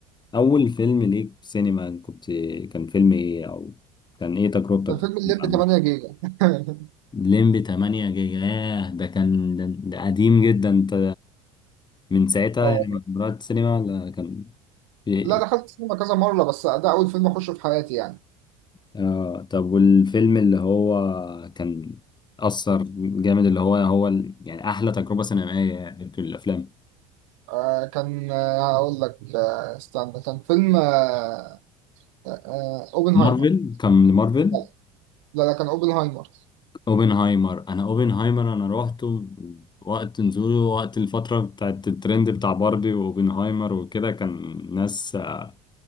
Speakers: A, on the left (about 25°); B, on the right (about 60°).
A: أول فيلم ليك في سينما كنت كان فيلم إيه أو كان إيه تجربتك
B: ده
A: في
B: فيلم
A: السينما
B: الليمبي
A: عامة؟
B: 8 جيجا <laughs>
A: ليمبي 8 جيجا ياه ده كان ده, ده قديم جدا أنت من ساعتها
B: اه
A: يعني ما رحت السينما ولا كان في إيه؟
B: لا دخلت السينما كذا مرة بس ده أول فيلم أخشه في حياتي يعني
A: آه طب والفيلم اللي هو كان أثر جامد اللي هو هو ال- يعني أحلى تجربة سينمائية يعني في الأفلام
B: آه كان آه، هقول لك آه استنى كان فيلم آه آه اوبنهايمر
A: مارفل كان لمارفل
B: لا لا لا، كان اوبنهايمر
A: اوبنهايمر انا اوبنهايمر انا روحته وقت نزوله وقت الفترة بتاعت الترند بتاع باربي واوبنهايمر وكده كان ناس آه،